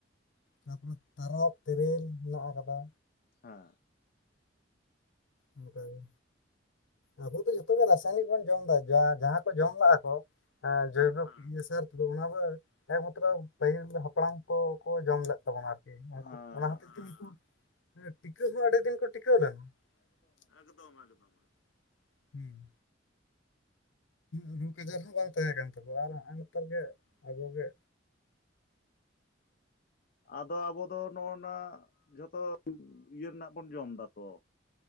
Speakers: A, on the left (about 85°); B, on the left (about 50°).
A: ᱛᱟᱯᱚᱨᱮ ᱛᱟᱨᱚᱵ, ᱛᱮᱨᱮᱞ ᱢᱮᱱᱟᱜ ᱟᱠᱟᱫᱟ᱾
B: ᱦᱮᱸ᱾
A: ᱚᱱᱠᱟᱜᱮ᱾ ᱟᱵᱚ ᱫᱚ ᱡᱚᱛᱚ ᱜᱮ ᱨᱟᱥᱟᱭᱱᱤᱠ ᱵᱚᱱ ᱡᱚᱢ ᱫᱟ ᱡᱟᱦᱟᱸ ᱠᱚ ᱡᱚᱢ ᱞᱮᱜ-ᱟ ᱠᱚ ᱦᱮᱸ <unintelligible> ᱚᱱᱟ ᱫᱚ ᱮᱠᱢᱟᱛᱨᱚ ᱯᱟᱹᱦᱤᱞ ᱦᱟᱯᱲᱟᱢ ᱠᱚ ᱠᱚ ᱡᱚᱢ ᱞᱮᱫ᱾ <inaudible>
B: ᱦᱮᱸ
A: ᱚᱱᱟ ᱦᱚᱛᱮᱡ ᱛᱮᱜᱮ ᱠᱚ ᱴᱤᱠᱟᱹᱜ ᱢᱟ ᱟᱹᱰᱤ ᱫᱤᱱ ᱠᱚ ᱴᱤᱠᱟᱹᱜ ᱞᱮᱱ᱾ ᱮᱠᱫᱚᱢ ᱮᱠᱫᱚᱢ, ᱦᱩᱸ᱾ ᱩᱱᱟᱹᱜ ᱨᱳᱜᱽ ᱟᱡᱟᱨ ᱦᱚᱸ ᱵᱟᱝ ᱛᱟᱦᱮᱸ ᱠᱟᱱ ᱛᱟᱠᱚᱣᱟ ᱟᱨ ᱦᱮᱸᱜ ᱮ ᱱᱮᱛᱟᱨ ᱜᱮ ᱟᱵᱚᱜᱮ
B: ᱟᱫᱚ ᱟᱵᱚ ᱫᱚ ᱱᱚᱜᱼᱚ ᱱᱟ ᱡᱚᱛᱚ ᱤᱭᱟᱹ ᱨᱮᱱᱟᱜ ᱵᱚᱱ ᱡᱚᱢ ᱮᱫᱟ ᱛᱚ